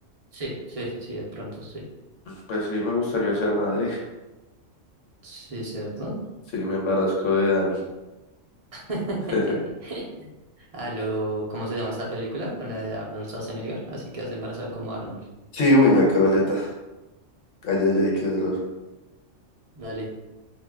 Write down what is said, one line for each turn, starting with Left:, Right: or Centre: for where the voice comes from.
Right: Sí, sí, sí, sí, de pronto sí.
Left: pues sí me gustaría ser madre.
Right: Sí, ¿cierto?
Left: Sí, me embarazco de Dani.
Right: <laughs>
Left: <laughs>
Right: A lo, ¿cómo se llama esta película? Con la de Arnold Schwarzenegger, así que has embarazado como Arnold.
Left: Sí, uy, no, qué boleta, ay, ay, ay, qué dolor.
Right: Dale.